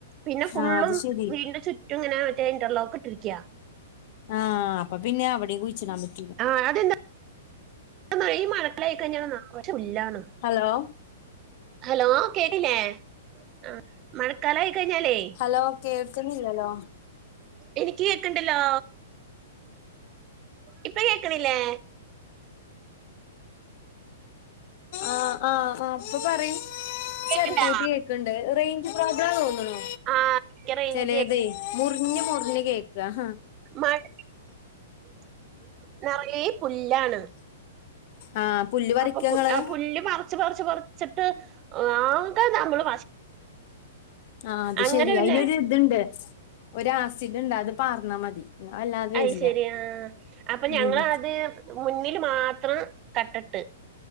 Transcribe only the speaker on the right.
പിന്നെ ഫുള്ളും
വീടിന്റെ ചുറ്റ് റ്റുംങ്ങനെ മറ്റേ ഇന്റർ ലോക്ക് ഇട്ടിരിക്ക്യാ
ആഹ് അതെന്താ മഴയ്‌ ഈ മഴക്കലായി കഴിഞ്ഞാ പുല്ലാണ്
ഹലോ കേട്ടില്ലേ ആ മഴക്കാലായി കഴിഞ്ഞാലേ
എനിക്ക് കേക്കണ്ടല്ലോ ഇപ്പ കേക്കണില്ലേ
കേക്കണ്ടാ
ആ എനിക്ക് റേഞ്ച്
മഴ <unintelligible> നിറയെ പുല്ലാണ്
അപ്പൊ
ആ പുല്ല് പറിച്ച് പറിച്ച് പറിച്ചിട്ട് ആകെ നമ്മള്
അങ്ങനെ
പിന്നെ
അയ്ശെരി
ആ അപ്പൊ ഞങ്ങള്
അത് മുന്നിൽ മാത്രം കട്ടിട്ട്